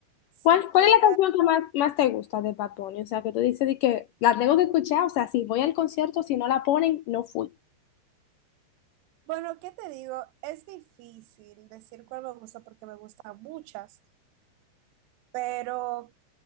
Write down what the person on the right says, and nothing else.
siquiera
Bueno, ¿qué te digo? Es difícil decir cuál me gusta porque me gustan muchas, pero